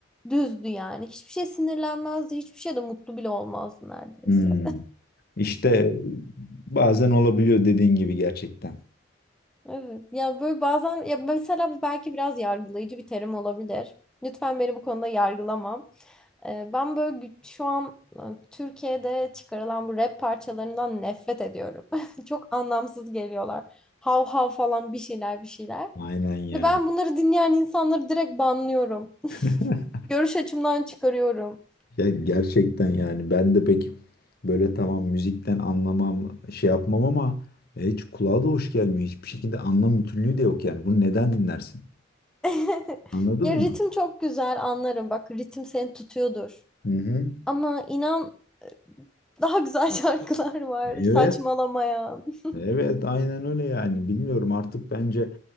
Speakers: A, in the centre; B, on the left.
A: düzdü yani. Hiçbir şey sinirlenmezdi. Hiçbir şey de mutlu bile olmazdı neredeyse.
B: Hmm. İşte bazen olabiliyor dediğin gibi gerçekten.
A: Evet. Ya böyle bazen ya mesela bu belki biraz yargılayıcı bir terim olabilir. Lütfen beni bu konuda yargılamam. Ee, Ben böyle gü- şu an e, Türkiye'de çıkarılan bu rap parçalarından nefret ediyorum. <laughs> Çok anlamsız geliyorlar. Hav hav falan bir şeyler bir şeyler.
B: Aynen ya.
A: Ve ben bunları dinleyen insanları direkt banlıyorum.
B: <laughs>
A: <laughs> Görüş açımdan çıkarıyorum.
B: Ya gerçekten yani ben de pek böyle tamam müzikten anlamam şey yapmam ama e, hiç kulağa da hoş gelmiyor. Hiçbir şekilde anlam bütünlüğü de yok yani. Bunu neden dinlersin?
A: <laughs>
B: Anladın
A: Ya ritim
B: mı?
A: çok güzel anlarım. Bak ritim seni tutuyordur.
B: Hı hı.
A: Ama inan Daha güzel şarkılar var.
B: Evet.
A: Saçmalamayan. <laughs>
B: Evet, aynen öyle yani. Bilmiyorum artık bence